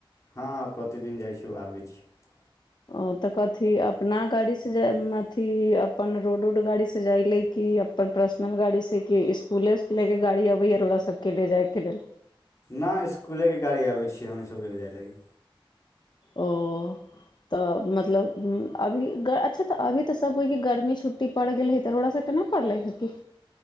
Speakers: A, on the left (about 35°); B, on the left (about 50°).
A: हँ प्रतिदिन जाइ छीओ आबै छीओ
B: ओ तऽ कथिी अपना गाड़ीसँ जाय अथिी अपन रोड उड गाड़ीसँ जाय लेलए कि अपन पर्सनल गाड़ीसँ कि इसकुलेसँ लए कऽ गाड़ी अबैए ओोकरा सभके लिए जायके लेल
A: नहि इसकुलेके गाड़ी आबै छियै हमनी सभके लऽ जाय लागी
B: ओ तऽ मतलब अभी अच्छा तऽ अभी तऽ सभ होइ कि गर्मी छुट्टी पड़ि गेल है तऽ रोड़ास सभ केना पड़लै हे कि